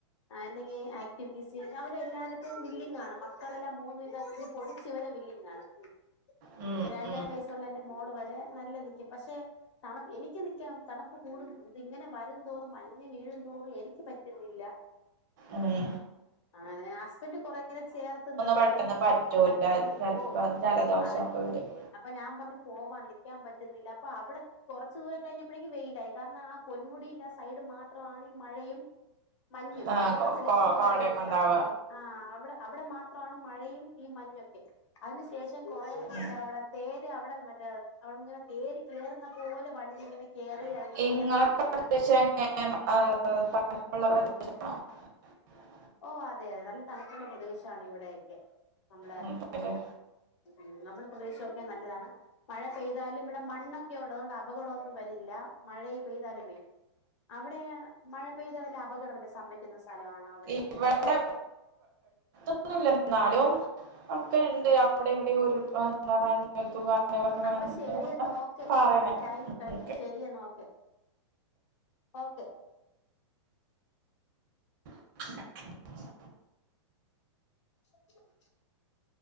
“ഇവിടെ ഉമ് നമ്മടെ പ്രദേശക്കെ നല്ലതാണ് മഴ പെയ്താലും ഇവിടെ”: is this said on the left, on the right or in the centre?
Left